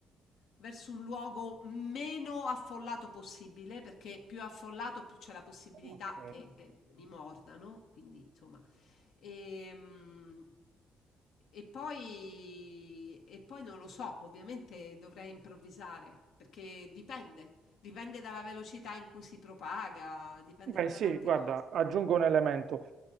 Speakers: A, on the left; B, on the right.
A: verso un luogo meno affollato possibile, perché più affollato più c'è la possibilità
B: Ok.
A: che eh, mi mordano, quindi insomma. E, mm, e poi, e poi non lo so, ovviamente dovrei improvvisare, perché dipende, dipende dalla velocità in cui si propaga, dipende
B: Beh,
A: da
B: sì,
A: tante
B: guarda,
A: cose.
B: aggiungo un elemento.